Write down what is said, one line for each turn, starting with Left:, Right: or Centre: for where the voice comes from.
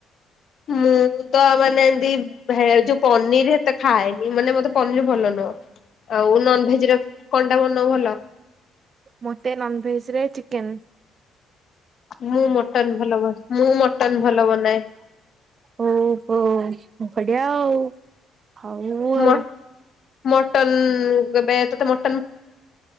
Left: ମୁଁ ତ ମାନେ ଏମତି ଭେ ଯୋଉ ପନିର ସେତେ ଖାଏନି ମାନେ ମତେ ପନିର ଭଲ ନୁହଁ। ଆଉ ନନ ଭେଜ ର କଣ୍ଟା ବନଉ ଭଲ।
Right: ମୋତେ ନଭେଜେରେ ଚିକେନ୍
Left: ମୁଁ ମଟନ ଭଲ ମୁଁ ମଟନ ଭଲ ବନାଏ।
Right: ଓହୋ
Left: <inaudible>
Right: ବଢିଆ ଆଉ। ହୋଉ ଆଉ।
Left: ମ ମଟନ କେବେ ତତେ ମ